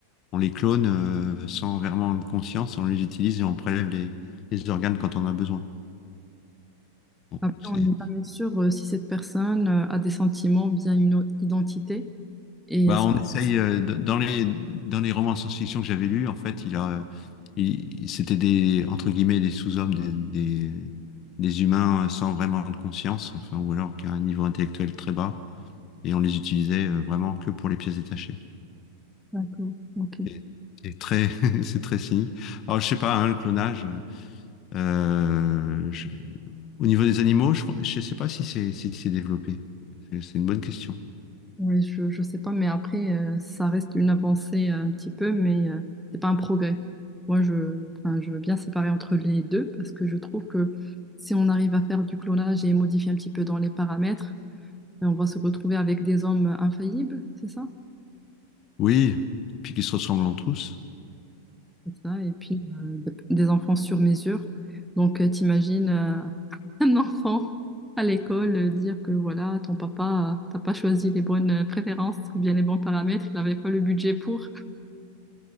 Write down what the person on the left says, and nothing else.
on les clone euh, sans vraiment conscience, et on les utilise et on prélève les, les organes quand on en a besoin. Bon,
c'est
Bah,
on essaye euh, d- dans les dans les romans de science-fiction que j'avais lus, en fait, il a euh, il- c'était des entre guillemets des sous-hommes, des, des des humains euh, sans vraiment de conscience, enfin ou alors qui a un niveau intellectuel très bas, et on les utilisait euh, vraiment que pour les pièces détachées.
C'est c'est très <laughs> c'est très cynique. Alors je sais pas, hein, le clonage. euh, je- au niveau des animaux, je crois- je sais pas si c'est si c'est développé. C'est c'est une bonne question.
Oui, puis qu'ils se ressemblent tous.